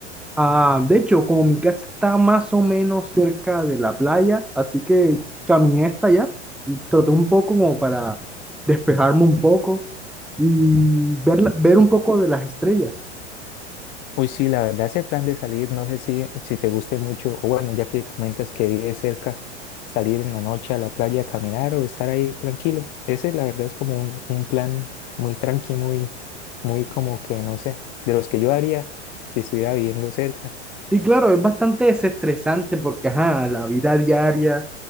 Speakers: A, in the centre; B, on the left.
A: Ah, de hecho, como mi casa está más o menos cerca de la playa, así que caminé hasta allá y troté un poco como para despejarme un poco y ver, la- ver un poco de las estrellas.
B: Uy, sí, la verdad, ese plan de salir, no sé si, si te guste mucho, o bueno, ya que comentas que vives cerca, salir en la noche a la playa a caminar o estar ahí tranquilo. Ese, la verdad, es como un, un plan muy tranqui, muy, muy como que, no sé, de los que yo haría si estuviera viviendo cerca.
A: Sí, claro, es bastante desestresante porque, ajá, la vida diaria,